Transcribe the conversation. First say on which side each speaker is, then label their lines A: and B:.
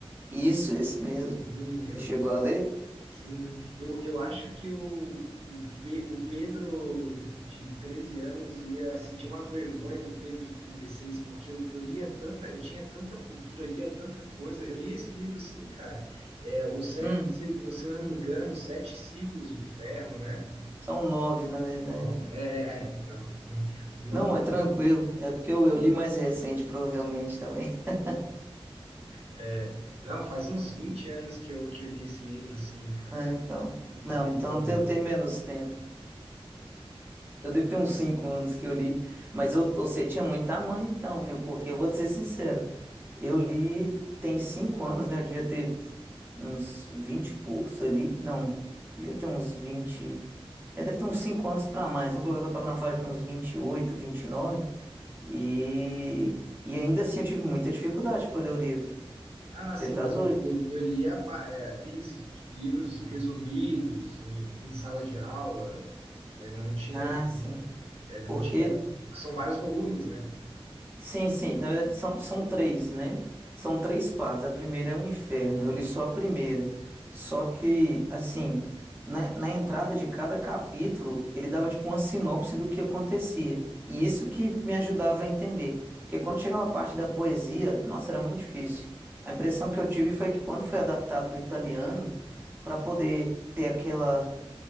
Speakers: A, on the right; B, on the right.
A: Isso, esse mesmo.
B: Sim, eu,
A: Você chegou a ler?
B: Sim, eu, eu acho que o, o, Pe- o Pedro de 13 anos ia sentir uma vergonha do Pedro de trinta e seis porque eu, eu lia tanta, eu tinha tanta cultura, lia tanta coisa. Eu li esse livro sim, cara. É, o sete,
A: Hum,
B: não sei, não sei o nome do grano, Os Sete Círculos do Inferno, né?
A: são nove, na verdade.
B: Nove, é, é, é, então, né? Os nove,
A: Não, é tranquilo. É porque eu, eu li mais recente, provavelmente também. <laughs>
B: é, não, faz uns 20 anos que eu, que eu li esse livro, sim, cara.
A: Ah, então.
B: Muito
A: Não, então
B: bom.
A: eu tenho menos tempo. Eu devo ter uns 5 anos que eu li. Mas eu, você tinha muito tamanho, então, viu? Porque eu vou te ser sincero. Eu li tem 5 anos, né? Eu devia ter uns 20 e poucos ali. Não, devia ter uns 20. É, deve ter uns 5 anos pra mais. Vamos colocar que eu tava na faixa de uns 28, 29. E, nove. e e ainda assim eu tive muita dificuldade pra ler o livro.
B: Ah,
A: Você
B: sim,
A: tá
B: mas
A: doido?
B: eu, eu, eu li pa- é, aqueles livros resumidos em, em sala de aula, né, Não tinha,
A: Ah, sim.
B: é, não
A: Porque,
B: tinha, porque são vários volumes, né?
A: sim, sim, na verdade são, são três, né? São três partes. A primeira é o inferno, eu li só a primeira. Só que, assim, na, na entrada de cada capítulo, ele dava tipo uma sinopse do que acontecia. E isso que me ajudava a entender. Porque quando chegava a parte da poesia, nossa, era muito difícil. A impressão que eu tive foi que quando foi adaptado do italiano, para poder ter aquela,